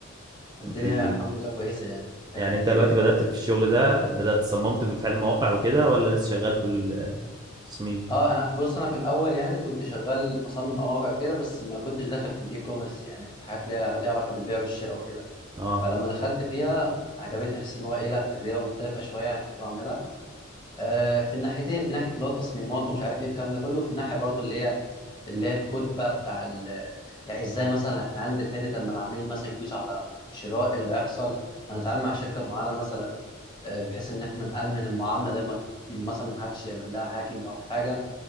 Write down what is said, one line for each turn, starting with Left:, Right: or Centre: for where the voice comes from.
Left: الدنيا
Right: جميل
Left: الحمد
Right: جدا
Left: لله كويسه يعني في
Right: يعني
Left: الحته
Right: انت
Left: ديت
Right: دلوقتي بدأت في الشغل ده بدأت صممت بالفعل مواقع وكده ولا لسه شغال في التصميم
Left: اه انا بص انا في الاول يعني كنت شغال بصمم مواقع كده بس ما كنتش داخل في الاي كوميرس يعني في الحاجات ليها ليها علاقه بالبيع والشراء وكده
Right: اه
Left: فلما دخلت فيها عجبتني حسيت ان هو ايه لا تجربه مختلفه شويه عن اللي كنت بعملها آه في الناحيتين في ناحيه اللي هو التصميمات ومش عارف ايه الكلام ده كله في الناحيه برضو اللي هي اللي هي الكود بقى بتاع ال... يعني ازاي مثلا هندل حته لما العميل مثلا يدوس على شراء إيه اللي هيحصل هنتعامل مع شركه معينه مثلا آه، بحيث ان احنا نامن المعامله دي ما مثلا ما حدش يعمل لها هاكينج او حاجه